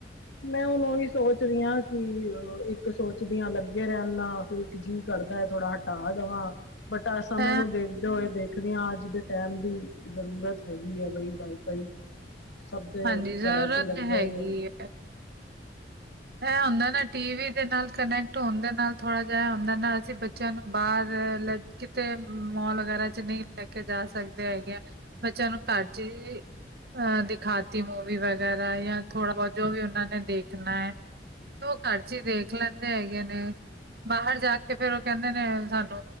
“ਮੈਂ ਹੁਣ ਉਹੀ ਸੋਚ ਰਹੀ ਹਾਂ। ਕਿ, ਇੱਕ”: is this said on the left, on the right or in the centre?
Left